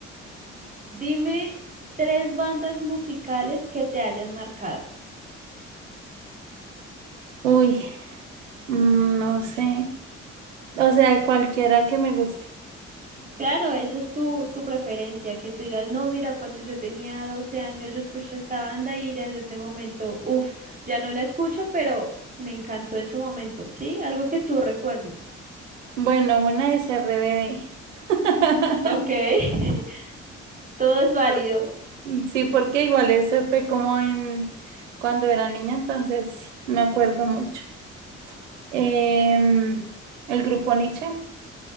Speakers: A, on the right; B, on the right.
A: dime tres bandas musicales que te hayan marcado.
B: Uy, mm, no sé. O sea, cualquiera que me guste.
A: Claro, eso es tu, tu preferencia, que tú digas, no, mira, cuando yo tenía 12 años yo escuché esta banda y desde ese momento, uff, ya no la escucho, pero me encantó en su momento, ¿sí? Algo que tú recuerdes.
B: Bueno, una es RBD. <laughs>
A: Ok, <laughs> todo es válido.
B: Por- Sí, porque igual eso fue como en cuando era niña, entonces me acuerdo mucho. Em, el grupo Nietzsche,